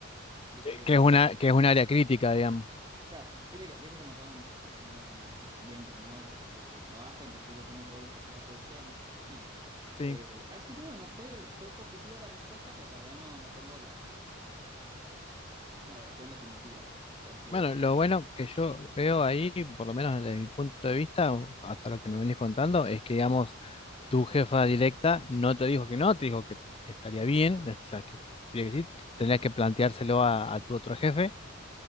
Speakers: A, on the right; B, on the left.
A: Viste
B: Eh,
A: que,
B: Que es una, que es un área crítica, digamos.
A: claro, viste que, viste cómo son que tenés los, en- los ambientes, ¿no? De, de- de trabajo, entonces yo tengo todos los pasajes a producción. Nada.
B: Sí.
A: Eh, así que bueno, fue, fue positiva la respuesta, pero todavía no, no tengo la, la versión definitiva, porque,
B: Bueno, lo bueno que yo veo ahí, por lo menos desde mi punto de vista, o hasta lo que me venís contando, es que, digamos, tu jefa directa no te dijo que no, te dijo que estaría bien, o sea, que, tenía que decir, tendrías que planteárselo a, a tu otro jefe.